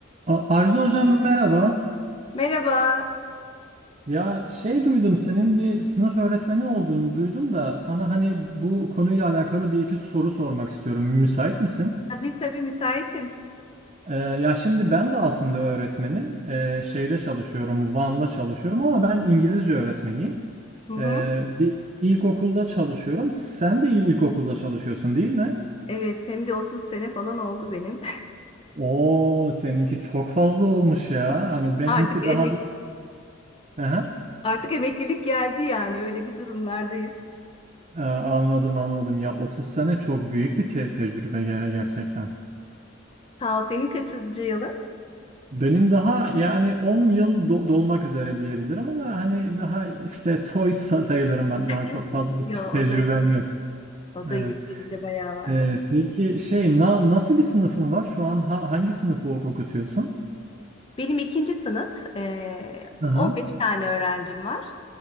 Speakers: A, on the right (about 35°); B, on the left (about 25°).
A: A- Arzu hocam merhaba.
B: Merhaba.
A: Ya şey duydum senin bir sınıf öğretmeni olduğunu duydum da sana hani bu konuyla alakalı bir iki soru sormak istiyorum. Müsait misin?
B: Tabii tabii müsaitim.
A: Ee, ya şimdi ben de aslında öğretmenim. Ee, şeyde çalışıyorum, Van'da çalışıyorum ama ben İngilizce öğretmeniyim.
B: Hı hı.
A: Ee, bir ilkokulda çalışıyorum. Sen de il- ilkokulda çalışıyorsun değil mi?
B: Evet, hem de 30 sene falan oldu benim.
A: Oo, seninki çok fazla olmuş ya.
B: <laughs>
A: Hani benimki
B: Artık emek
A: daha... Aha.
B: artık emeklilik geldi yani öyle bir durumlardayız.
A: Aa, anladım anladım. Ya 30 sene çok büyük bir te- tecrübe ge- gerçekten.
B: Sağ ol. Senin kaçıncı yılın? <laughs>
A: Benim daha yani 10 yıl do- dolmak üzere diyebilirim ama hani daha işte toy sa- sayılırım ben. Daha çok
B: Evet.
A: fazla bir
B: Ya
A: te- tecrübem
B: o da
A: yok.
B: o da
A: Evet.
B: iyi. Senin de bayağı var.
A: Ee, peki şey na- nasıl bir sınıfın var? Şu an ha- hangi sınıfı ok- okutuyorsun?
B: Benim ikinci sınıf. eee,
A: Hı
B: 15
A: hı.
B: tane öğrencim var.